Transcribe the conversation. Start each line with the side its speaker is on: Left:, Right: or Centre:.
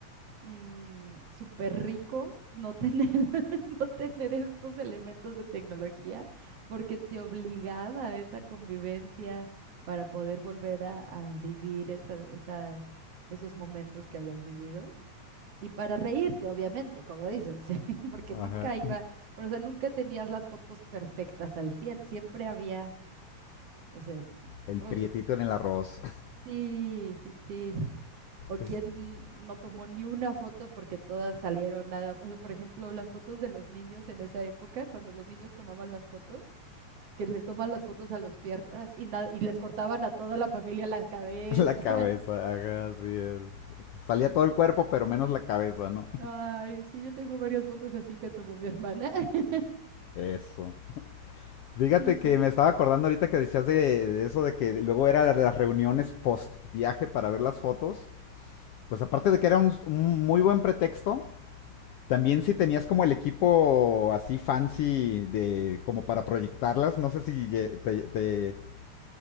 Right: mm, súper rico no tener, <laughs> no tener estos elementos de tecnología, porque te obligaba a esa convivencia para poder volver a, a vivir esa- esas, esos momentos que habías vivido. Y para reírte, obviamente, como dices, <laughs> porque
Left: Ajá.
Right: nunca iba, o sea, nunca tenías las fotos perfectas al 100 siempre había, o sea,
Left: El
Right: uf,
Left: prietito en el arroz.
Right: sí, sí, sí o
Left: <laughs>
Right: quién no tomó ni una foto porque todas salieron nada. O sea, por ejemplo, las fotos de los niños en esa época, cuando los niños tomaban las fotos, que les toman las fotos a los piernas y, nada y les cortaban a toda la familia la cabeza.
Left: Es la cabeza, ajá, así es. Salía todo el cuerpo, pero menos la cabeza, ¿no?
Right: <laughs> Ay, sí, yo tengo varias fotos así que tomó mi hermana. <laughs>
Left: Eso. Fíjate
Right: Y pues.
Left: que me estaba acordando ahorita que decías de, de eso de que luego era la- las reuniones post viaje para ver las fotos. Pues aparte
Right: Ujú.
Left: de que era un, un muy buen pretexto, también si tenías como el equipo así fancy de como para proyectarlas, no sé si lle- te, te-